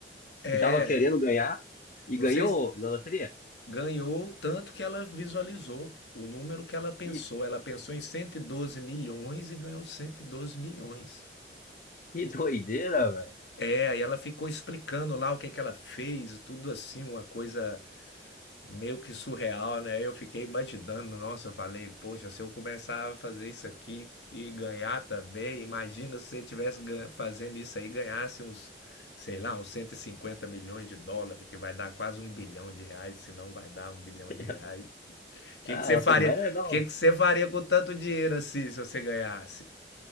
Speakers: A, on the left; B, on the left.
A: é,
B: que tava querendo ganhar e
A: não
B: ganhou
A: sei, se
B: na loteria.
A: ganhou o tanto que ela visualizou, o número que ela pensou.
B: Que,
A: Ela pensou em 112 milhões e ganhou 112 milhões.
B: que doideira, velho.
A: É, aí ela ficou explicando lá o que é que ela fez, tudo assim, uma coisa meio que surreal, né? Eu fiquei batidando, nossa, eu falei, poxa, se eu começar a fazer isso aqui e ganhar também, imagina se você tivesse gan- fazendo isso aí, e ganhasse uns, sei lá, uns 150 milhões de dólares, que vai dar quase um bilhão de reais, se não vai dar um bilhão
B: <laughs>
A: de reais. O que
B: Ah,
A: que você
B: nossa
A: faria?
B: mãe é legal.
A: O que que você faria com tanto dinheiro assim, se você ganhasse?